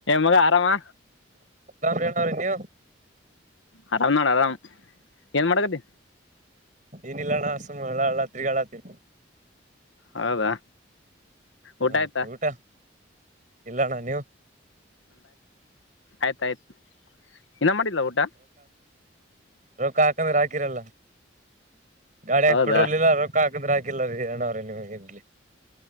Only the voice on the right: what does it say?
ರಾಮ್ರೇಣ್ಣ ಅವ್ರೀ ನೀವು
ಏನಿಲ್ಲಣ್ಣಸುಮಳ ಅಳತ್ರಿ ಅಳತ್ರಿ
ಹ
ಊಟಾ ಇಲ್ಲಣ್ಣ ನೀವು
ರೋಕ್ಕ ಹಾಕಂದ್ರೆ ಹಾಕಿರಲ್ಲ ಗಾಡಿಯಾಗ
ಪೆಟ್ರೋಲ್ ಇಲ್ಲ ರೊಕ್ಕ ಹಾಕಂದ್ರೆ ಹಾಕಿಲ್ಲ ರೀ ಅಣಾವ್ರೀ ನಿವ ಇರ್ಲಿ